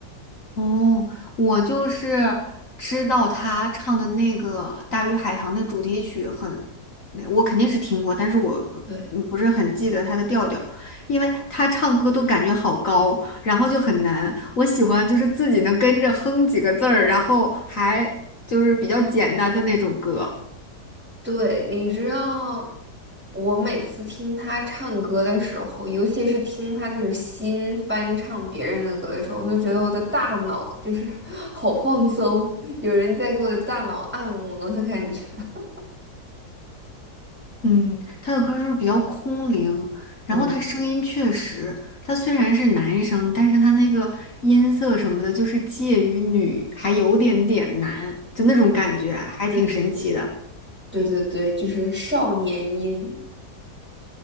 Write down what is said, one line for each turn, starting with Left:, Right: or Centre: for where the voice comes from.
Left: 哦，我就是知道他唱的那个《大鱼海棠》那主题曲很，那我肯定是听过，但是我
Centre: 对，
Left: 嗯不是很记得他的调调，因为他唱歌都感觉好高，然后就很难。我喜欢就是自己能跟着哼几个字儿，然后还就是比较简单的那种歌。
Centre: 对，你知道，我每次听他唱歌的时候，尤其是听他就是新翻唱别人的歌的时候，我就觉得我的大脑就是 <laughs> 好放松，有人在给我的大脑按摩的感觉。<laughs>
Left: 嗯，他的歌就是比较空灵，然后他声音确实，
Centre: 对对
Left: 他虽然是男生，但是他那个音色什么的，就是介于女还有点点男，就那种感觉，还挺神奇的。
Centre: 对对对对对对，就是少年音。